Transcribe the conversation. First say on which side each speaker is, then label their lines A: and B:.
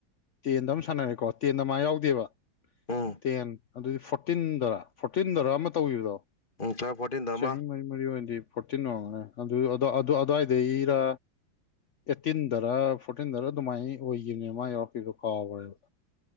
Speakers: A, on the left (about 85°); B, on the left (about 25°).
A: ꯇꯦꯟꯗ ꯑꯃ ꯁꯥꯟꯅꯔꯦꯀꯣ ꯇꯦꯟꯗ ꯃꯥ ꯌꯥꯎꯗꯦꯕ
B: ꯎꯝ
A: ꯇꯦꯟ ꯑꯗꯨꯗꯤ ꯐꯣꯔꯇꯤꯟꯗꯔꯥ ꯐꯣꯔꯇꯤꯟꯗꯔ ꯑꯃ ꯇꯧꯒꯦꯕꯗꯣ
B: ꯎ <unintelligible> ꯐꯣꯔꯇꯤꯟ ꯗ ꯑꯃ
A: ꯆꯍꯤ ꯃꯔꯤ ꯃꯔꯤ ꯑꯣꯏꯅꯗꯤ ꯐꯣꯔꯇꯤꯟ ꯋꯥꯡꯉꯅꯦ ꯑꯗꯨ ꯑꯗꯨꯋꯥꯏꯗꯩꯔ ꯑꯦꯠꯇꯤꯟꯗꯔ ꯐꯣꯔꯇꯤꯟꯗꯔ ꯑꯗꯨꯃꯥꯏꯅ ꯑꯣꯏꯈꯤꯕꯅꯦ ꯃꯥ ꯌꯥꯎꯔꯛꯈꯤꯕꯗꯣ ꯀꯥꯎꯈ꯭ꯔꯦꯕ